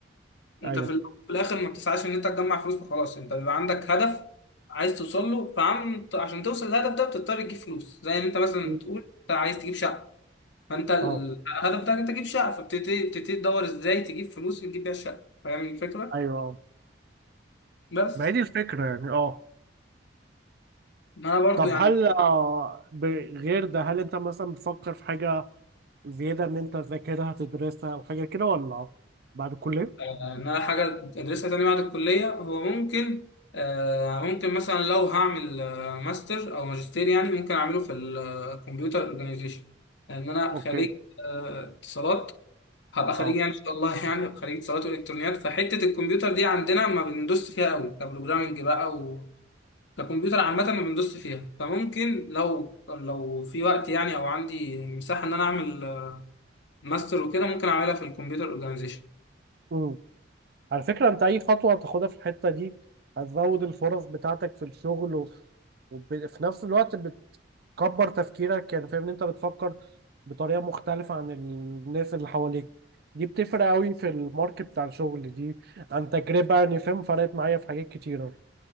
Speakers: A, on the left; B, on the right.
A: انت
B: ايوه
A: في ال- في الاخر ما بتسعاش ان انت تجمع فلوس وخلاص انت بيبقى عندك هدف عايز توصل له فعم عشان توصل للهدف ده بتضطر تجيب فلوس زي ما انت مثلا
B: مم.
A: بتقول انت عايز تجيب شقه فانت الهدف
B: اه
A: بتاعك انت تجيب شقه فبتبتدي بتبتدي تدور ازاي تجيب فلوس اللي تجيب بيها الشقه فاهم الفكره
B: ايوه
A: بس
B: ما هي دي الفكرة يعني اه
A: ما انا برضو
B: طب
A: يعني
B: هل آه، ب- غير ده هل انت مثلا بتفكر في حاجة زيادة ان انت تذاكرها تدرسها او حاجة كده ولا بعد الكلية؟
A: آه، ان انا حاجه ادرسها تاني بعد الكليه هو ممكن آه، ممكن مثلا لو هعمل آه، ماستر او ماجستير يعني ممكن اعمله في الكمبيوتر اورجانيزيشن لان انا
B: اوكي
A: خريج آه، اتصالات هبقى خريج
B: اه
A: يعني ان شاء الله يعني هبقى خريج اتصالات والكترونيات فحته الكمبيوتر دي عندنا ما بندوس فيها قوي كبروجرامنج بقى و ككمبيوتر عامه ما بندوس فيها فممكن لو لو في وقت يعني او عندي مساحه ان انا اعمل ماستر وكده ممكن اعملها في الكمبيوتر اورجانيزيشن
B: امم على فكرة انت اي خطوة هتاخدها في الحتة دي هتزود الفرص بتاعتك في الشغل و- وفي نفس الوقت بتكبر تفكيرك يعني فاهم ان انت بتفكر بطريقة مختلفة عن الناس اللي حواليك دي بتفرق قوي في الماركت بتاع الشغل دي عن تجربة يعني فاهم فرقت معايا في حاجات كتيرة